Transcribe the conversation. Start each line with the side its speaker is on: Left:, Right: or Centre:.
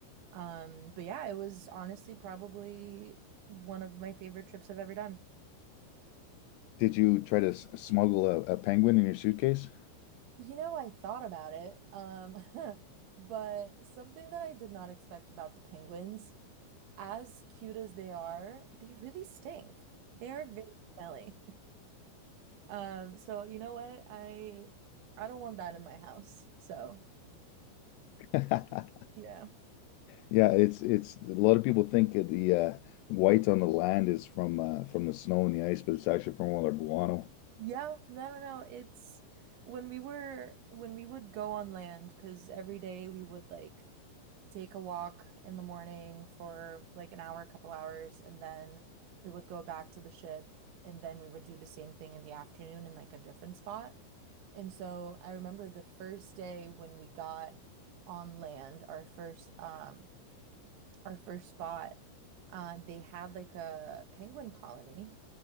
Right: Um, but yeah, it was honestly probably one of my favorite trips I've ever done.
Left: Did you try to s- smuggle a, a penguin in your suitcase?
Right: You know, I thought about it, um, <laughs> but something that I did not expect about the penguins as cute as they are, they really stink. They are very smelly. Um, so you know what? I I don't want that in my house. So
Left: <laughs>
Right: yeah.
Left: Yeah, it's it's a lot of people think that the uh, white on the land is from uh, from the snow and the ice, but it's actually from all our guano.
Right: Yeah, no, no, no. It's when we were when we would go on land, because every day we would like take a walk in the morning for like an hour, a couple hours, and then we would go back to the ship and then we would do the same thing in the afternoon in like a different spot. And so I remember the first day when we got on land, our first um our first spot, uh, they had like a penguin colony